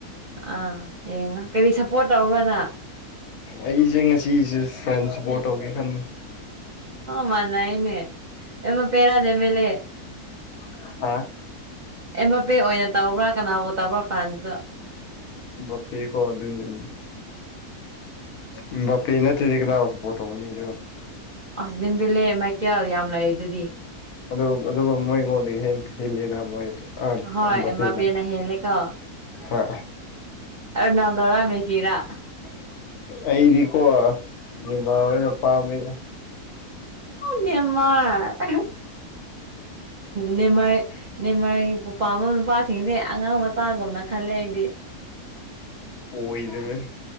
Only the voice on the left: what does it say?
ꯑꯩꯖ‌ꯦ ꯉꯁꯤꯖ‌ꯦ ꯐ꯭ꯔꯦꯟ ꯁꯄꯣꯔꯠ ꯇꯧꯒꯦ ꯈꯟꯕ
<unintelligible> <inaudible> ꯑꯝ
ꯕꯄꯦ ꯀ‌ꯣ ꯑꯗꯨꯅ‌ꯦ ꯎꯝ ꯕꯄꯦ ꯅꯠꯇ꯭ꯔꯗꯤ ꯀꯅꯥꯕꯨ ꯁꯄꯣꯔꯠ ꯇꯧꯅꯤꯗꯨ
ꯑꯗꯨ ꯑꯗꯨꯕꯨ ꯃꯣꯏꯉꯣꯟꯗꯒꯤ ꯍꯦꯟ ꯍ‌ꯦꯜꯂꯤꯅ ꯃꯣꯏ ꯑꯥ
ꯕꯄ‌ꯦꯅ
ꯍꯥ
<unintelligible> ꯑꯩꯗꯤꯀꯣ ꯅꯦꯃꯔ ꯑꯣꯏꯅ ꯄꯝꯃꯦꯗ
ꯑꯣꯏꯗꯔ‌ꯦ